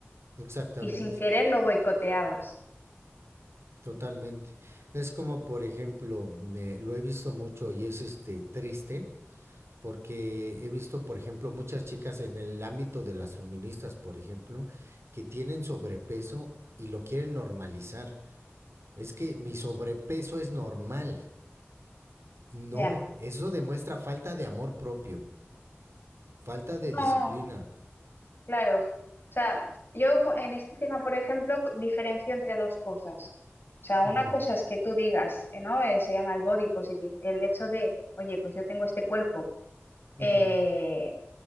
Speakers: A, on the right; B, on the left.
A: exactamente,
B: y sin querer lo boicoteabas.
A: totalmente. Es como, por ejemplo, eh, lo he visto mucho y es este triste porque he visto, por ejemplo, muchas chicas en el ámbito de las feministas, por ejemplo, que tienen sobrepeso y lo quieren normalizar. Es que mi sobrepeso es normal. Y no,
B: Ya.
A: eso demuestra falta de amor propio, falta de
B: No,
A: disciplina.
B: claro. O sea, yo co- en este tema, por ejemplo, co- diferencio entre dos cosas. O sea, una
A: Ujú,
B: cosa es que tú digas, eh, ¿no? Eh, se llama el body positive, el hecho de, oye, pues yo tengo este cuerpo eh,
A: ujú.